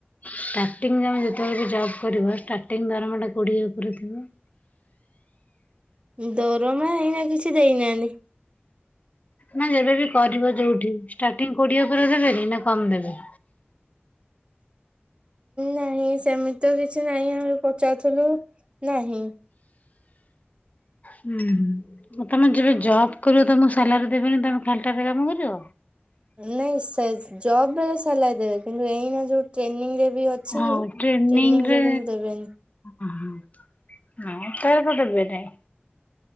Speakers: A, on the left; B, on the right.
A: ଷ୍ଟାର୍ଟିମେ ଯେତେବେଳକୁ ଜବ୍ କରିବା ଷ୍ଟାର୍ଟିଙ୍ଗ ଦରମାଟା କୋଡିଏ ଉପରେ ଥିବ।
B: ଦରମା ଏଇନା କିଛି ଦେଇନାହାନ୍ତି।
A: ନା ଯେବେବି କରିବ ଯୋଉଠି ଷ୍ଟାର୍ଟିଂ କୋଡିଏ ପରେ ଦେବେନି ନା କମ୍ ଦେବେ।
B: ନାହିଁ ସେମିତି ତ କିଛି ନାହିଁ ଆମେ ପଚାର୍ଥିଲୁ ନାହିଁ।
A: ହୁଁ ତମେ ଯେବେ ଜବ୍ କରିବ ତମକୁ ସାଲାରୀ ଦେବନି ତମେ ଖାଲ୍ଟାରେ କାମ କରିବ।
B: ନାଇଁ ସେ ଜବ୍ ବେଳେ ସଲାଇ ଦେବେ କିନ୍ତୁ ଏଇନା ଯୋଉ ଟ୍ରେନିଂ ରେ ବି ଅଛି
A: ହଁ
B: ଟ୍ରେନିଂ
A: ଟ୍ରେନିଂରେ
B: ରେ କିନ୍ତୁ ଦେବେନି।
A: ହଁ, ହଁ, ତାର ତ ଦେବେ ନାଇଁ!